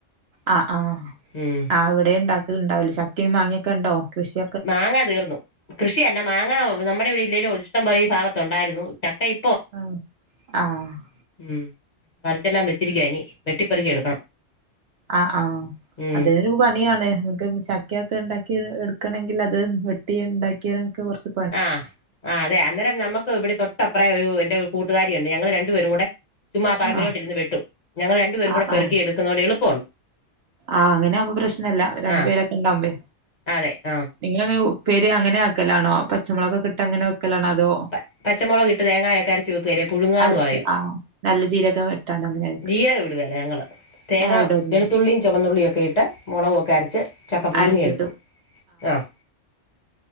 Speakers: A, on the right; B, on the left.
A: ആഹ് ആഹ്
B: ഉം
A: ആഹ് അവിടെ ഇണ്ടാക്കല്ണ്ടാവില്ല ചക്കേം മാങ്ങേക്കൊണ്ടോ കൃഷി
B: മാങ്ങ തീർന്നു കൃഷിയല്ല മാങ്ങ നമ്മുടെ ഇവിടെ ഇല്ലേലും ഇഷ്ടം പോലെ ഈ ഭാഗത്തുണ്ടാരുന്നു ചക്ക ഈ
A: ആഹഹ്
B: ഉം പ റിച്ചെല്ലാം വെച്ചിരിക്കുവ ഇനി വെട്ടിപ്പറുക്കി എടുക്കണം
A: ആഹ് ആഹ്
B: ഉം
A: അതരു പണിയാണ് നമുക്ക് ചക്കയൊക്കെ ഉണ്ടാക്കി എടുക്കണമെങ്കിൽ അത് വെട്ടി ഉണ്ടാക്കിയണമൊക്കെ കൊറച്ച്
B: ആഹ് ആഹ് അതെ അന്നേരം നമ്മുക്ക് ഇവിടെ തൊട്ടപ്രായ ഒരു എന്റെ ഒരു കൂട്ടുകാരി ഉണ്ട് ഞങ്ങള് രണ്ടുപേരും കൂടെ ചുമ്മാ പറമ്പിലോട്ട്
A: ആഹ്
B: ഇരുന്ന് വെട്ടും ഞങ്ങൾ രണ്ടുപേരും
A: ആഹ്
B: കുടെ പെറുക്കി
A: ആഹ്
B: എടുക്കുന്ന കൊണ്ട് എളുപ്പമുണ്ട്
A: ആഹ് അങ്ങനൊവുമ്പോ പ്രശ്നല്ല രണ്ടു
B: ആഹ്
A: പേരൊക്കെ ഇണ്ടാവുമ്പേ
B: അതെ ആഹ്
A: നിങ്ങളെങ്ങെനെ ഉപ്പേരി അങ്ങനെക്കലാണോ പച്ചമുളൊക്കെകിട്ട് അങ്ങനെ വെക്കലാണോ അതോ
B: പ പച്ചമുളകിട്ട് തേങ്ങായൊക്കെ അരച്ചു വെക്കല്ലേ പുഴുങ്ങന്ന്
A: അരച്ച്
B: പറയും
A: ആഹ് നല്ല ജീരകം ഇട്ടാണ്ട് അങ്ങനെ വെക്കല്
B: ജീരൊകെടുവേല ഞങ്ങള് തേങ്ങ
A: ഏഹ് ഇടലുണ്ട്
B: വെളുത്തുള്ളി ചുവന്നുള്ളിയൊക്കെ ഇട്ട് മുളകൊക്കെ അരച്ച് ചക്ക പുഴുങ്ങിയെടുക്കും
A: അരച്ചിട്ടും
B: ആഹ്